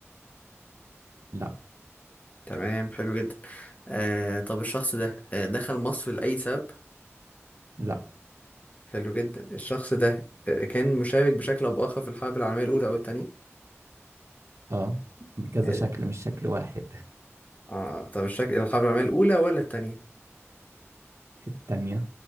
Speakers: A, on the right (about 75°); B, on the left (about 30°).
A: لا
B: تمام حلو جدا آه، طب الشخص ده آه، دخل مصر لأي سبب
A: لا
B: حلو جدا الشخص ده آه، كان مشارك بشكل او باخر في الحرب العالمية الاولى او الثانية
A: أه بكذا
B: اه
A: شكل مش شكل واحد
B: آه، طب الشكل الحرب العالمية الاولى ولا الثانية
A: التانية